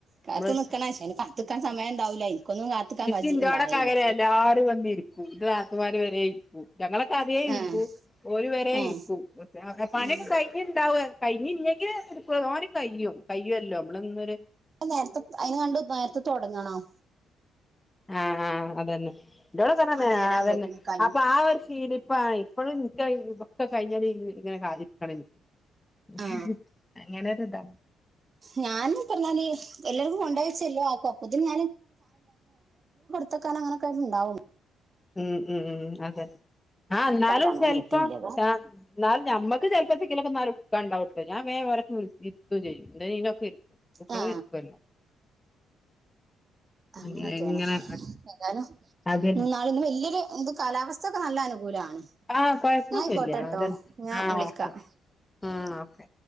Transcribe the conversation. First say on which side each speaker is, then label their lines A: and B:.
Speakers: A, on the right; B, on the left.
A: കാത്തു
B: നമ്മള്
A: നിക്കണം പക്ഷെ അയിന് കാത്ത്ക്കാൻ സമയം ഉണ്ടാവൂല എനിക്കൊന്നും കാത്ത്ക്കാൻ
B: എനിക്ക്
A: കജ്ജ്
B: എന്റെ
A: ഇണ്ടാവേല്ല
B: അവിടെ കരേലെ എല്ലാവരും വന്ന് ഇരിക്കും രാക്കുമാര് വരെ ഇരിക്കും ഞങ്ങളൊക്കെ അതേ ഇരിക്കും
A: ഏഹ്
B: ഓര് വരേ
A: ഉം
B: ഇരിക്കും പണിയൊക്കെ
A: ഉം
B: കഴിഞ്ഞിട്ടുണ്ടാവും കഴിഞ്ഞില്ലെങ്കിൽ <unintelligible> കയ്യും കയ്യുമല്ലോ നമ്മള് ഇന്നൊരു
A: നേരത്തെ അയിന് കണ്ട് നേരത്തെ തുടങ്ങണം
B: ആഹ് ആഹ് അത് തന്നെ ഇതോടെ <unintelligible> അത്
A: ആ നേരാവുമ്പോത്തിന്
B: തന്നെ
A: കയ്യും
B: അപ്പൊ ആ ഒരു ഫീല് ഇപ്പോ ആയി അപ്പോ അത് എനിക്കായി ഇതൊക്കെ കഴിഞ്ഞാലും <unintelligible>
A: ആ
B: അങ്ങനെ ഒരിതാ
A: ഞാന് <unintelligible> എല്ലാവർക്കും കൊണ്ട് വച്ചല്ലോ അപ്പത്തേനും <unintelligible>
B: ഉം ഉം ഉം അതെ ആ
A: ഇരിക്കാൻ
B: എന്നാലും
A: സമയം
B: സ്വല്പം
A: കിട്ടിയില്ല ഇത്
B: <unintelligible> നമ്മക്ക് ചിലപ്പത്തക്കിലൊക്കെ <unintelligible> വേഗം അവരെയൊക്കെ വിളിച്ച് എന്ത് ചെയ്യും എന്താ നീനൊക്കെ ഇരിക്കും ഇപ്പളും
A: ആ
B: ഇരിക്കുവല്ലോ
A: അങ്ങനെയൊക്കെയാണോ
B: അങ്ങനെ ഇങ്ങനെ
A: ഏതായാലും
B: അതന്നെ
A: ഇന്നും നാളെയൊന്നും വല്ല്യ ഇത് കാലാവസ്ഥയൊക്കെ നല്ല അനുകൂലവാ എന്നാ
B: ആഹ് കൊഴപ്പൊന്നുല്ല
A: ആയിക്കോട്ടെ കേട്ടോ
B: അതന്നെ
A: ഞാൻ
B: ആഹ്
A: വിളിക്കാം
B: ഓക്കെ ആഹ് ഓക്കെ